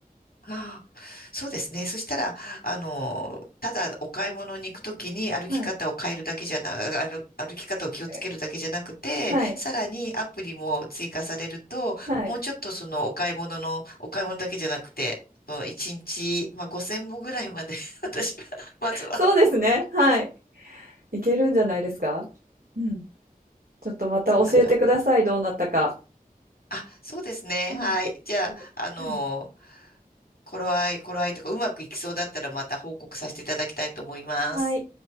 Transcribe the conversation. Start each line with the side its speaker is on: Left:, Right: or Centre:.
Left: ああ、そうですね。そしたら、あの、ただお買い物に行くときに歩き方を変えるだけじゃな、
Right: はい。
Left: 歩、歩き方を気をつけるだけじゃなくて、
Right: えはい。
Left: さらにアプリも追加されると、
Right: はい。
Left: もうちょっとそのお買い物の、お買い物だけじゃなくて、その1日、まあ、5000歩ぐらいまで <laughs> 私は、まずは、
Right: そうですね。はい。いけるんじゃないですかうん。ちょっとまた教えてください。
Left: そんな感じ。
Right: どうなったか。
Left: あ、そうですね。
Right: はい。
Left: はい。じゃあ、
Right: で、
Left: あの、
Right: はい。
Left: 頃合い、頃合いとか、うまくいきそうだったらまた報告させていただきたいと思います。
Right: はい。